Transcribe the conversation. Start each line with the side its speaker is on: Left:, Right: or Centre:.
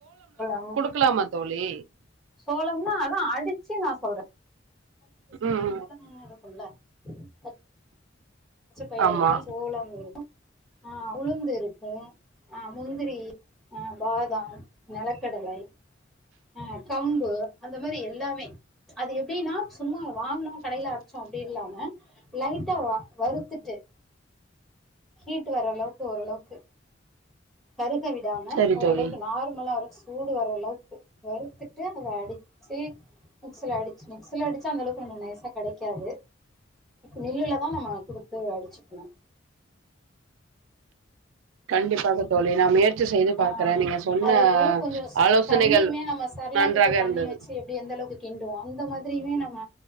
Centre: எல்லாம்
Right: க்லாமா தோழி
Centre: சோழம்னா அதா அடிச்சு நா சொல்றே <inaudible> <unintelligible>
Right: ம்.
Centre: இருக்கும்ல பத் பச்ச பயிர்
Right: ஆமா.
Centre: <inaudible> சோளம் <inaudible> உளுந்து இருக்கு அ முந்திரி அ பாதாம் நெலக்கடலை ஆ கம்பு அந்த மாரி எல்லாமே அது எப்டினா சும்மா வாங்னோ கடைல அரைச்சோ அப்டி இல்லாம லைட்டா வறுத்துட்டு ஹீட் வர அளவுக்கு ஓரளவுக்கு கருக விடாம
Right: சரி
Centre: ஓரளவுக்கு
Right: தோழி.
Centre: நார்மலா சூடு வரளவுக்கு வறுத்துட்டு அத அடுச்சு மிக்சில அடுச்சு மிக்சில அடுச்சா அந்தளவுக்கு வந்து நைசா கெடைக்காது மில்லுல தா நம்ம குடுத்து அடுச்சுக்கணு
Right: கண்டிப்பாக தோழி நா முய ற்சி செய்து
Centre: ஆ
Right: பாக்கறே நீங்க சொன்ன
Centre: அதே போல கொஞ்சோ
Right: ஆலோசனைகள்
Centre: தண்ணியுமே நம்ம சர்லாக்குக்கு
Right: நன்றாக இருந்தது
Centre: தண்ணி வச்சு எப்டி எந்தளவுக்கு கிண்டுவோ அந்த மாதிரியுமே நம்ம